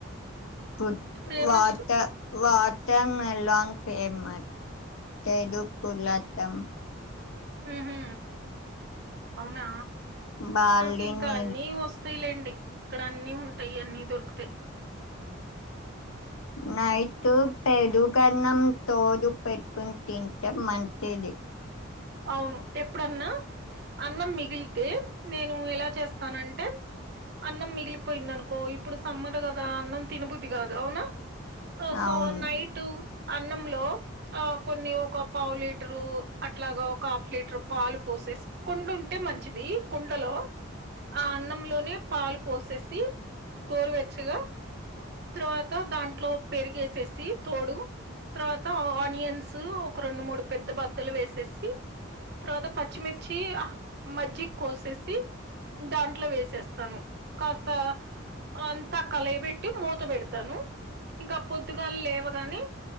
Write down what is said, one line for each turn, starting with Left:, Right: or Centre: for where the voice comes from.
Left: వాట
Right: ఫేమస్
Left: వాటర్ వాట్ టర్ లోంగ్ పేమెట్ చదువుకులతం
Right: హ అవునా
Left: బార్లీ
Right: మాకు ఇంకా
Left: నీళ్ళు
Right: అన్ని వస్తాయిలేండి ఇక్కడ అన్ని ఉంటాయి అన్ని దొరికుతాయి
Left: నైట్ పెరుగరణం తోడు పెట్టుకుని తింటే మంచిది
Right: అవును ఎప్పుడన్నా అన్నం మిగిలితే నేను ఎలా చేస్తానంటే అన్నం మిగిలిపోయింది అనుకో ఇప్పుడు సమ్మరు కదా అన్నం తిినబుద్ది కాదు నా సో
Left: అవును
Right: నైట్ అన్నంలో ఆ కొన్ని ఒక పావు లీటరు అ అట్లాగా ఒక హాఫ్ లీటర్ పాలు పోసేసి కుండ ఉంటే మంచిది కుండలో ఆ అన్నంలో పాలు పోసేసి కోరవచ్చగా తర్వాత దాంట్లో పెరిగేసేసి తోడు తర్వాత ఆనియన్స్ ఒక రెండు మూడు పెద్ద బద్దలు వేసేసి తర్వాత పచ్చిమిర్చి మజ్జి కోసేసి దాంట్లో వేసేస్తాను కాస్త అంతా కలబెట్టి మూత పెడతాను ఇంకా పొద్దుగా లేవగానే